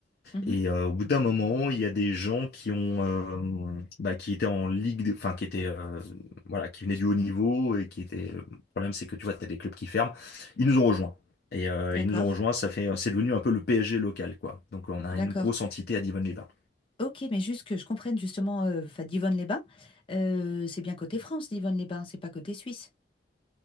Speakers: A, on the left; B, on the left.
A: mhm.
B: Et euh, au bout d'un moment, il y a des gens qui ont, euh, bah, qui étaient en ligue, de- enfin qui étaient, euh, voilà, qui venaient du haut niveau et qui étaient. euh, Le problème, c'est que tu vois, t'as des clubs qui ferment. Ils nous ont rejoints. Et euh,
A: D'accord,
B: ils nous ont rejoints. Ça fait, c'est devenu un peu le PSG local, quoi. Donc, on a
A: d'accord.
B: une grosse entité à Divonne-les-Bains.
A: Ok, mais juste que je comprenne justement, euh, enfin, Divonne-les-Bains, euh, c'est bien côté France, Divonne-les-Bains, c'est pas côté Suisse.